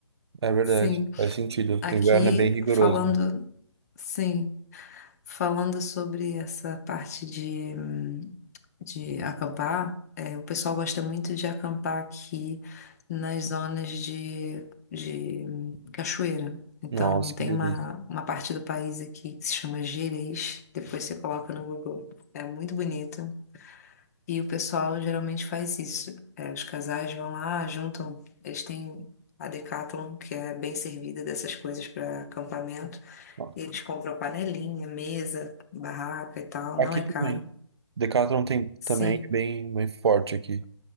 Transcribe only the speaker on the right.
é verdade,
faz sentido.
O inverno é bem rigoroso.
né?
Nossa,
que delícia.
Ó,
Aqui
também.
Decathlon tem
também é bem, bem forte aqui.